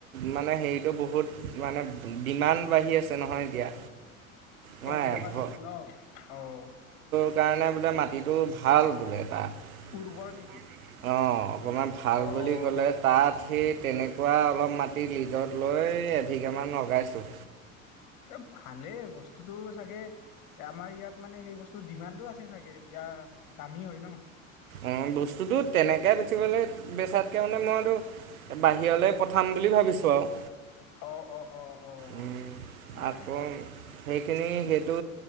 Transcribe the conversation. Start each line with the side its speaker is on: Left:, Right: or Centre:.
Right: মানে হেৰিটো বহুত মানে ডিমাণ্ড বাঢ়ি আছে নহয় এতিয়া। মই
Left: এভো
Right: এভ
Left: গাদো তো ন? অ'
Right: সেইকাৰণে বোলে মাটিটো ভাল বোলে তাত
Left: উৰ্বৰ নেকি
Right: অ' অকমান ভাল
Left: অ
Right: বুলি কলে তা'ত সেই তেনেকুৱা অলপ মাটি লিজত লৈ এভিঘামান লগাইছোঁ।
Left: এ ভালেই বস্তুতটো চাগে আমাৰ ইয়াত মানে সেই বস্তু ডিমাণ্ডো আছে চাগে এতি এ দামী হয় ন।
Right: অ', বস্তুটো তেনেকৈ উঠিবলৈ বেচাত তে মানে মইতো বাহিৰলৈ পঠাম বুলি ভাবিছোঁ আৰু
Left: অ', অ',। অ অ
Right: উম
Left: নাই
Right: আৰু সেইখিনি সেইটো